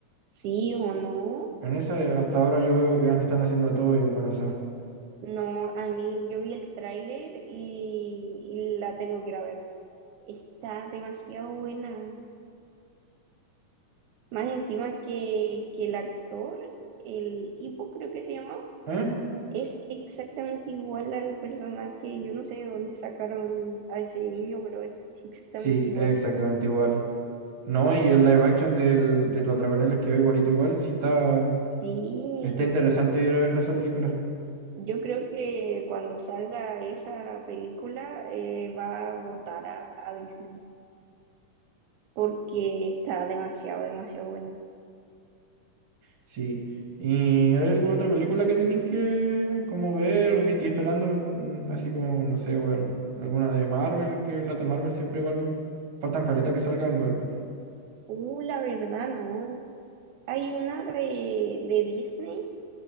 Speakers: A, on the right (about 75°); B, on the right (about 45°).
A: Sí o no.
B: En esa, eh, hasta ahora yo veo que están haciendo todo bien con esa.
A: No, a mí yo vi el tráiler y, y la tengo que ir a ver. Está demasiado buena. Más encima que, que el actor, el Hippo creo que se llamaba,
B: ¿Eh?
A: es exactamente igual al personaje. Yo no sé de dónde sacaron a ese niño, pero es exactamente
B: Sí,
A: igual.
B: exactamente igual. No, y el live action del, de los dragones les quedó igualito igual. Sí, está,
A: Sí,
B: está interesante ir a verla esa película.
A: yo creo que cuando salga esa película eh, va a votar a, a Disney porque está demasiado, demasiado buena.
B: Sí. ¿Y hay alguna otra película que te tienen que como ver o que estoy esperando? Mm, Así como, no sé, weón. Alguna de Marvel, que las de Marvel siempre igual faltan caleta que salgan, weón.
A: Uh, la verdad no. Hay una de, de Disney